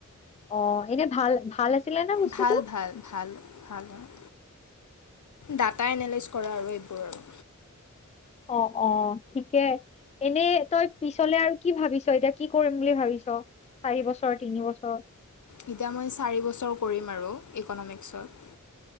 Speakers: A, on the left; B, on the left.
A: অ' এনে ভাল। ভাল আছিলে নে বস্তুটো?
B: ভাল-ভাল-ভাল-ভাল হয়। ডাটা এনালিচ কৰা আৰু এইবোৰ আৰু।
A: অ-অ ঠিকে এনেই তই পিছলে আৰু কি ভাবিছ এতিয়া। কি কৰিম বুলি ভাবিছ চাৰি বছৰ, তিনি বছৰ,
B: এতিয়া মই চাৰি বছৰ কৰিম আৰু ইকনমিক্সত।